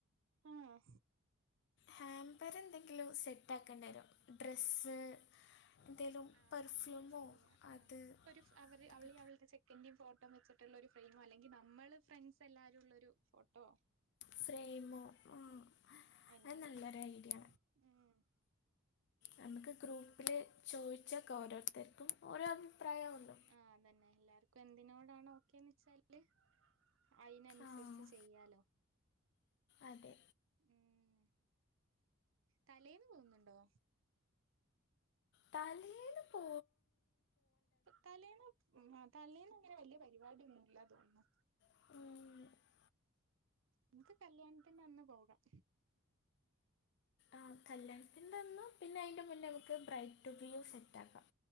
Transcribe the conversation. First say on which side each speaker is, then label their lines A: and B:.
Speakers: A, on the right; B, on the left.
A: ആഹ്
B: ഹാമ്പർ എന്തെങ്കിലും സെറ്റ് ആക്കണ്ടെരും ഡ്രസ്സ്, എന്തെങ്കിലും
A: ആഹ്
B: പെർഫ്യൂമോ
A: അങ്ങനെ ചെയ്യ ആഹ്
B: അത്
A: ഒര് അവര്
B: ഇതൊക്കെ
A: അവളീ അവൾടെ ചെ ക്കന്റീം ഫോട്ട വെച്ച്ട്ട്ള്ള ഒരു ഫ്രെയ്മോ അല്ലെങ്കി നമ്മള് ഫ്രണ്ട്സ് എല്ലാരും ഇള്ളൊരു ഫോട്ടോ
B: ഫ്രെയ്മോ ആഹ്
A: എല്ലാം
B: അത് നല്ലൊരു
A: കൂടെ
B: ഐഡിയ
A: ഉം
B: നമക്ക് ഗ്രൂപ്പില് ചോയ്ച്ചോക്കാ ഓരോര്ത്തര്ക്കും ഓരോ അഭിപ്രായാവ്വല്ലോ.
A: ആഹ് അതന്നെ എല്ലാർക്കും എന്തിനോടാണോ ഓക്കേന്ന് വെച്ചാല്. അയ്ൻ അസരിച്ച്
B: ആ
A: ചെയ്യാലോ
B: അതെ
A: ഉം തലേന്ന് പോവ്ന്ന്ണ്ടോ?
B: തലേന്ന് പോ
A: തലേന്ന് തലേന്ന് അങ്ങനെ വല്ല്യ പരിപാടിയൊന്നുല്ല തോന്ന്ന്നു.
B: ഉം
A: നമക്ക് കല്യാണത്തിന്റെ അന്ന് കൂടാം
B: ആഹ് കല്യാണത്തിന്റ അന്നും പിന്നെ അയ്ൻ്റെ മുന്നേ നമക്ക് ബ്രയ്ഡ് ടുബിയും സെറ്റാക്കാം.